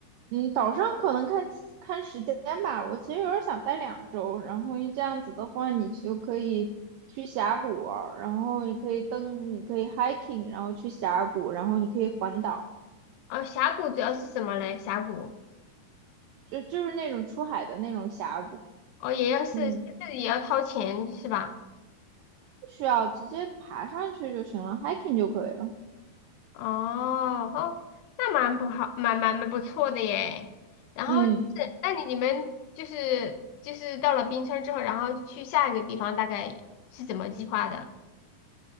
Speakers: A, on the right; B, on the left.
A: 嗯，岛上可能看看时间吧。我其实有点想待两周，然后这样子的话，你就可以去峡谷玩儿然后你可以登，你可以 hiking，然后去峡谷，然后你可以环岛，
B: 哦，峡谷主要是什么嘞？峡谷。
A: 就就是那种出海的那种峡谷，
B: 哦，也要是是自己也要掏钱是吧？
A: 嗯，不需要直接爬上去就行了，hiking 就可以了。
B: 哦哦，那蛮不好，蛮蛮蛮不错的耶。然后就是，
A: 嗯。
B: 那你你们就是就是到了冰川之后，然后去下一个地方，大概是怎么计划的？